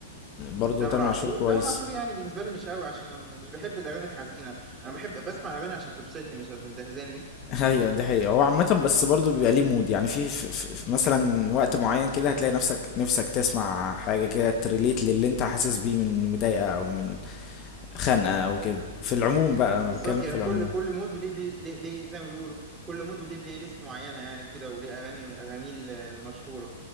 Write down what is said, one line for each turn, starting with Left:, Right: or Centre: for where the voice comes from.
Left: برضو
Right: تامر
Left: تامر
Right: عاشور
Left: عاشور كويس
Right: تامر عاشور يعني بالنسبه لي مش قوي عشان انا مش بحب الاغاني الحزينه انا بحب بسمع الاغاني عشان تبسطني مش عشان تهزني
Left: <laughs> ايوه دي حقيقة هو عامة بس برضو بيبقى ليه مود يعني في, في, في مثلا وقت معين كده هتلاقي نفسك نفسك تسمع حاجة كده تريليت للي انت حاسس بيه من مضايقة او من خنقة او كده في العموم
Right: <laughs>
Left: بقى انا
Right: بالظبط
Left: بتكلم
Right: يعني
Left: في العموم
Right: كل كل مود وليه بلي ليه ليه زي ما بيقولوا كل مود وليه بلاي ليست معينه يعني كده وليه اغاني اغانيه ال- المشهوره